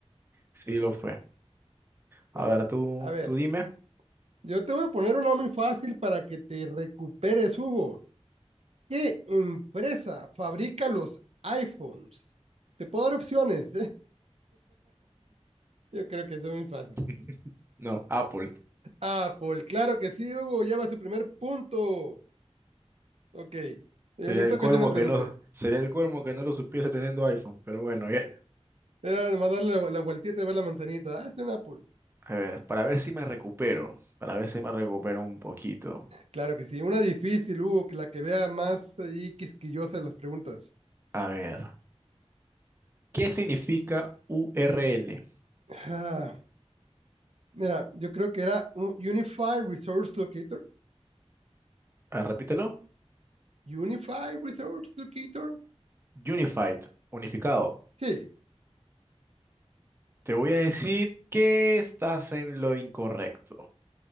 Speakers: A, on the right (about 20°); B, on the right (about 65°).
A: sí lo fue.
B: Bueno,
A: A ver, tú,
B: a ver,
A: tú dime.
B: yo te voy a poner una muy fácil para que te recuperes, Hugo. ¿Qué empresa fabrica los iPhones? Te puedo dar opciones, ¿eh? Yo creo que es muy fácil.
A: <laughs> No, Apple.
B: Apple, claro que sí, Hugo, ya va su primer punto. Ok, eh, le
A: Sería
B: toca
A: el colmo
B: hacer una pregunta.
A: que no, sería el colmo que no lo supiese teniendo iPhone, pero bueno, ya.
B: Era nomás darle la, la vueltita y ver la manzanita. Ah, es un Apple.
A: A ver, para ver si me recupero, para ver si me recupero un poquito.
B: Claro que sí, una difícil, Hugo, que la que vea más ahí quisquillosa de las preguntas.
A: A ver, ¿qué significa URL?
B: Ah, mira, yo creo que era un Unified Resource Locator.
A: A ver, repítelo.
B: Unified Resource Locator.
A: Unified, unificado.
B: Sí.
A: Te voy a decir que estás en lo incorrecto.